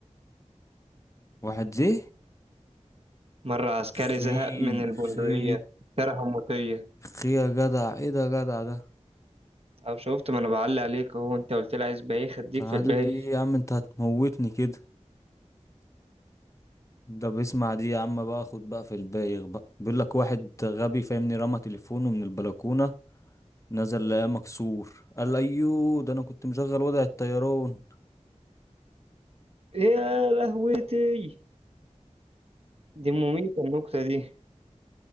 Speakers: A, on the left (about 25°); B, on the right (about 50°).
A: واحد زي
B: مرة عسكري
A: خي
B: زهق من البندقية
A: خي
B: اشترى حموسية
A: خي يا جدع ايه ده يا جدع ده
B: او شفت ما انا بعلق عليك اهو انت قلت لي عايز بايخ اديك
A: تعال
B: في البايخ
A: لي يا عم انت هتموتني كده ده بيسمع دي يا عم بقى خد بقى في البايغ بقى بيقول لك واحد غبي فاهمني رمى تليفونه من البلكونة نزل لقاه مكسور قال ايوه ده انا كنت مشغل وضع الطيران
B: يا لهوتي دي مميتة النكتة دي